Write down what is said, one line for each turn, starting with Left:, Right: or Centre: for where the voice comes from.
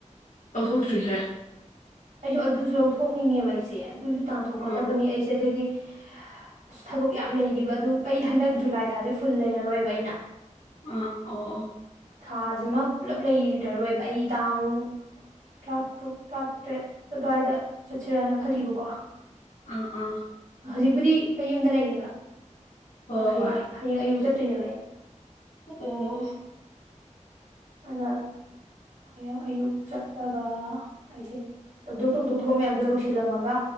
Left: ꯂꯧꯊꯣꯛꯇ꯭ꯔꯤꯍꯦ
Right: ꯑꯩꯖꯨ ꯑꯗꯨꯖꯨ ꯂꯧꯊꯣꯛꯅꯤꯡꯉꯦꯕ ꯑꯩꯁꯦ ꯑꯗꯨꯖꯨ ꯇꯥꯟꯊꯣꯛꯀꯗꯕꯅꯤ
Left: ꯑ ꯑ
Right: ꯑꯩꯁꯦ ꯑꯗꯒꯤ ꯑꯁ ꯊꯕꯛ ꯌꯥꯝ ꯂꯩꯔꯤꯕ ꯑꯗꯨ ꯑꯩ ꯍꯟꯗꯛ ꯖꯨꯂꯥꯏ ꯊꯥꯖꯦ ꯐꯨꯜ ꯂꯩꯔꯔꯣꯏꯕ ꯑꯩꯅ
Left: ꯑꯥ ꯑꯣ ꯑꯣ
Right: ꯊꯥꯖꯤꯃ ꯄꯨꯂꯞ ꯂꯩꯔꯔꯣꯏꯕ ꯑꯩ ꯇꯥꯡ ꯇ꯭ꯔꯥꯇꯔꯨꯛ ꯇ꯭ꯔꯥ ꯇ꯭ꯔꯦꯠ ꯑꯗꯨꯋꯥꯏꯗ ꯆꯠꯁꯤꯔꯅ ꯈꯜꯂꯤꯕꯀꯣ
Left: ꯑꯥ ꯑꯥ
Right: ꯍꯧꯖꯤꯛꯄꯨꯗꯤ ꯑꯩ ꯌꯨꯝꯗ ꯂꯩꯔꯤꯅꯦꯕ
Left: ꯍꯣꯏ
Right: ꯑꯗꯣ ꯍꯌꯦꯡ
Left: ꯍꯣꯏ
Right: ꯑꯩ ꯍꯌꯦꯡ ꯑꯌꯨꯛ ꯆꯠꯇꯣꯏꯅꯦꯕ ꯑꯩ
Left: ꯑꯣ ꯑꯣ
Right: <unintelligible> ꯍꯌꯦꯡ ꯑꯌꯨꯛ ꯆꯠꯂꯒ ꯑꯩꯁꯦ ꯇꯧꯗꯧ ꯇꯧꯗꯧ ꯊꯕꯛ ꯃꯌꯥꯝꯗꯣ ꯂꯣꯏꯁꯤꯜꯂꯝꯃꯒ